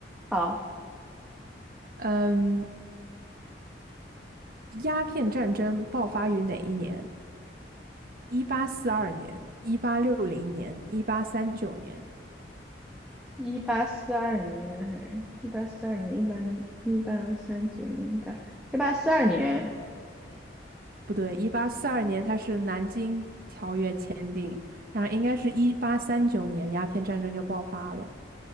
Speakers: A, in the centre; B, on the right (about 55°).
A: 好，
B: 嗯，鸦片战争爆发于哪一年？一八四二年、一八六零年、一八三九年？
A: 一八四二年还是一八四二年？一八一八三九年，吧？八一八四二年。
B: 不对，一八四二年它是南京条约签订，然后应该是一八三九年鸦片战争就爆发了，